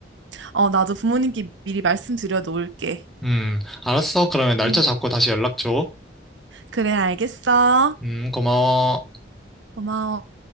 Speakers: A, on the right; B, in the centre.
A: 어, 나도 부모님께 미리 말씀드려 놓을게.
B: 음, 알았어. 그러면 날짜
A: 응.
B: 잡고 다시 연락 줘.
A: 그래, 알겠어.
B: 음, 고마워.
A: 고마워.